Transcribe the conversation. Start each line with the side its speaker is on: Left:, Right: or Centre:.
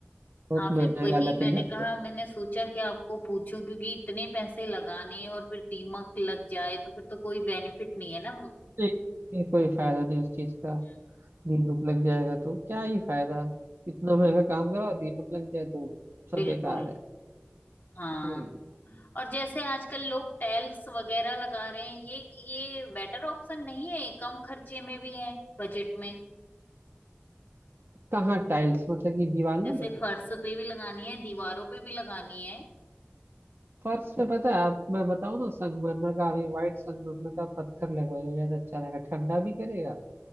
Right: बहुत
Left: हाँ
Right: महंगा
Left: फिर वही
Right: लकड़ी
Left: मैंने
Right: का
Left: कहा मैंने सोचा कि आपको पूछूं क्योंकि इतने पैसे लगाने और फिर दीमक लग जाए तो फिर तो कोई बेनिफिट नहीं है ना
Right: नहीं, ये कोई फायदा नहीं उस चीज का
Left: हम्म,
Right: दीमक लग जाएगा तो क्या ही फायदा इतना महंगा काम कराओ दीमक लग जाए तो सब
Left: बिल्कुल
Right: बेकार है
Left: हाँ
Right: वही
Left: और जैसे आजकल लोग टैल्स वगैरह लगा रहे हैं ये ये बेटर ऑप्शन नहीं है कम खर्चे में भी है बजट में
Right: कहाँ टाइल्स मतलब कि दीवारों
Left: जैसे
Right: में
Left: फर्श पे भी लगानी है दीवारों पे भी लगानी है
Right: फर्श पे पता है आप मैं बताऊँ ना संगमरमर का अभी व्हाइट संगमरमर का पत्थर लगवाइए वो ज्यादा अच्छा रहेगा ठंडा भी करेगा